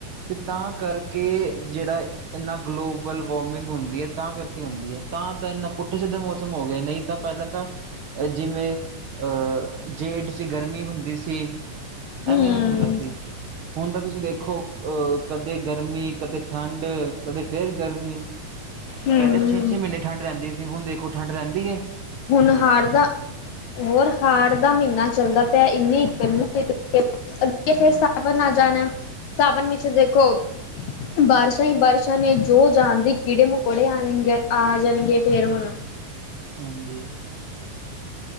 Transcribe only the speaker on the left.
ਹਮ
ਹਮ
ਹੁਨ ਹਾੜ ਦਾ ਹੋਰ ਹਾੜ ਦਾ ਮਹੀਨਾ ਚੱਲਦਾ ਪਿਆ, ਇੰਨੀ ਗਰਮੀ ਹੋਈ ਪਈ ਐ। ਅੱਗੇ ਫੇਰ ਸਾਵਨ ਆ ਜਾਣਾ, ਸਾਵਨ ਵਿੱਚ ਦੇਖੋ
ਬਾਰਿਸ਼ਾਂ ਹੀ ਬਾਰਿਸ਼ਾਂ ਨੇਂ। ਜੋ ਜਾਂਦੇ ਹੀ ਕੀੜੇ ਮਕੌੜੇ ਆਏਂਗੇ, ਆ ਜਾਣਗੇ ਫਿਰ ਹੁਣ।